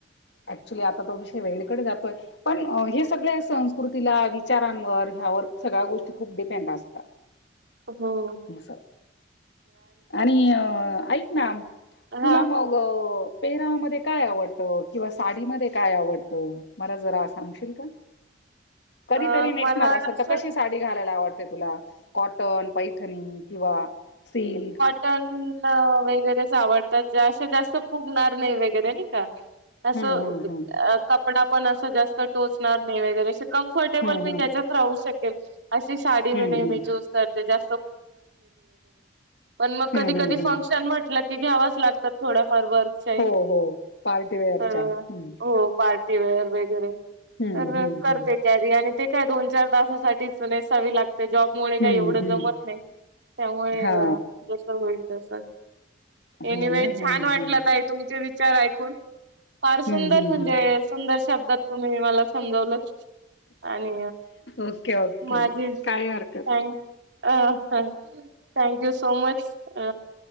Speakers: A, on the left (about 60°); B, on the right (about 65°).
A: ऍक्च्युली आता तो विषय वेगळीकडे जातोय पण हे सगळ्या संस्कृतीला विचारांवर ह्यावर सगळ्या गोष्टी खूप डिपेंड असतात.
B: होम <inaudible>
A: असं आणि ऐक ना तुला
B: हा
A: मग, पेहरावा म काय आवडत किंवा साडीमध्ये काय आवडतं मला जरा सांगशील का? कधीतरी
B: अ
A: नेसणार
B: मला
A: असेल
B: असं
A: तर कशी साडी घालायला आवडते तुला? कॉटन, पैठनी किंवा सिल्क
B: ण वगैरेच आवडतात अशा जास्त फुगणार नाही वगैरे नाही का. असं
A: हम्म हम्म हम्म
B: कपडा पण असं जास्त टोचणार नाही वगरे कम्फर्टेबल
A: हम्म
B: मी
A: हम्म
B: त्याच्यात राहू शकेल अशी साडी
A: हम्म
B: म्ह नाही
A: हम्म
B: मी चूज करते. व न व
A: हम्म
B: कधी
A: हम्म
B: कध
A: हम्म
B: म्हट घ ला ड <inaudible> फर वर्क
A: हो हो पार्टीवेअरच्या
B: तर
A: हम्म
B: हो पार्टीवेअर वगैरे
A: हम्म
B: तर
A: हम्म
B: करते
A: हम्म.
B: कॅरी आणि ते काय दोन चार तासासाठीच नेसावी लागते जॉबमुळे
A: हम्म
B: काय एवढं
A: हम्म
B: जमत नाही त्यामुळे
A: हा
B: जस होईल तस
A: हो
B: एनिवे
A: ना हा
B: छान वाटलं
A: हा.
B: का आहे तुमचे विचार ऐकून फार
A: हम्म
B: सुंदर
A: हम्म
B: म्हणजे
A: हम्म
B: सुंदर शब्दात तुम्ही मला समजवलं. आणि
A: ओके ओके
B: माझे
A: काही हरकत
B: कायम अ हा थँक यू सो मच अ